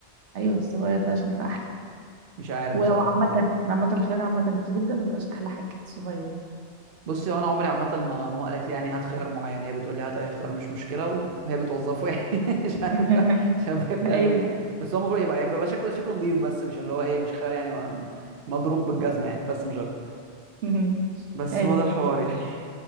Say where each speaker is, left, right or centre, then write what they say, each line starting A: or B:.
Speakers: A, on the right (about 75°); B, on the right (about 55°).
A: ايوه الصغير ده عشان يبقى احلى
B: مش عارف
A: ولو
B: بصراحه
A: عامة عامة الخيار عامة الكبير ده مبيبقاش أحلى حاجة الصغير
B: بصي هو انا عمري عامه ما ماما قالت لي يعني هات خيار معين هي بتقول لي هات اي خيار مش مشكله وهي بتوظفه يعني <laughs> مش عارف
A: <laughs>
B: مش عارف هي بتعمل
A: أيوه
B: ايه بس هو المفروض يبقى يبقى شكله شكله نظيف بس مش اللي هو ايه مش خيار يعني ما- مضروب بالجزمه يعني بس مش اكتر
A: <laughs>
B: بس
A: أيوه
B: هو ده الحوار يعني